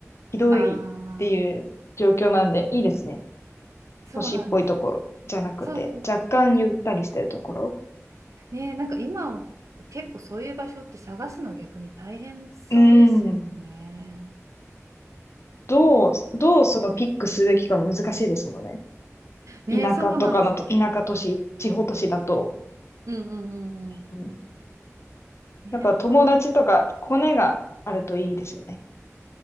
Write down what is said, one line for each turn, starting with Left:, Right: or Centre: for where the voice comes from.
Left: ひどいっていう状況なんで、
Right: ああ、
Left: いいですね。
Right: そうなんですよ
Left: 都市っぽいところじゃなくて、
Right: ね。そうそうそう。
Left: 若干ゆったりしてるところ。
Right: ちょ、ねえ、なんか今を、結構そういう場所って探すの逆に大変そうですよね。
Left: うん。どう、どうそのピックすべきかも難しいですもんね。
Right: ねえ、
Left: 田舎とかのと、
Right: そうなんですよね。
Left: 田舎都市、地方都市だと。
Right: うんうんうんうん。
Left: うん、
Right: ねえ、
Left: やっぱ友達とかコネがあるといいですよね。
Right: あとど、